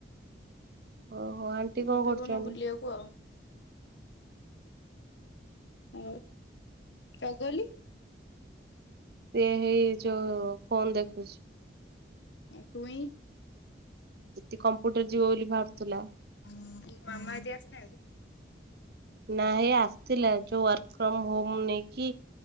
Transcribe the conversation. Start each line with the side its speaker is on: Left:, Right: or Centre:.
Right: ଓହୋ ଆଣ୍ଟି
Left: ଯିବି
Right: କଣ କରୁଛନ୍ତି?
Left: କୋଉଦିନ ବୁଲିବାକୁ ଆଉ? ଆଉ ଚଗଲି?
Right: ସିଏ ହେଇ ଯୋଉ ଫୋନ ଦେଖୁଛି।
Left: ଏ ଟୁଇ?
Right: <unintelligible> କମ୍ପ୍ୟୁଟର ଯିବ ବୋଲି ବାହାରୁଥିଲା।
Left: ହଁ ମାମା ଦି ଆସିନାହାନ୍ତି?
Right: ନା ହେ ଆସିଥିଲା ଯୋଉ ୱାର୍କ ଫ୍ରମ ହୋମ ନେଇକି